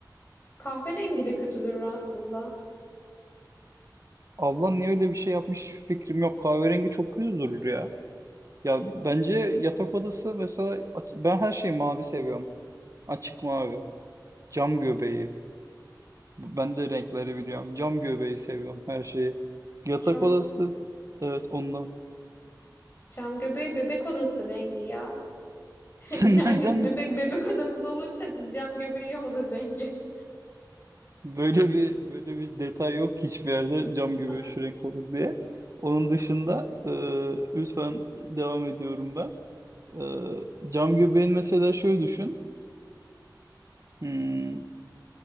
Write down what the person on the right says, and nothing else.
Ablan niye öyle bir şey yapmış fikrim yok. Kahverengi çok kötü durur ya. Ya bence yatak odası mesela aç- ben her şeyi mavi seviyorum. Açık mavi. Cam göbeği. Ben de renkleri biliyorum. Cam göbeği seviyorum her şeyi. Yatak
odası da evet ondan.
<laughs> Sen
nereden
Böyle bir böyle bir detay yok hiçbir yerde cam
göbeği şu renk olur diye. Onun dışında e, lütfen devam ediyorum ben. E, cam göbeğin mesela şöyle düşün. Hmm,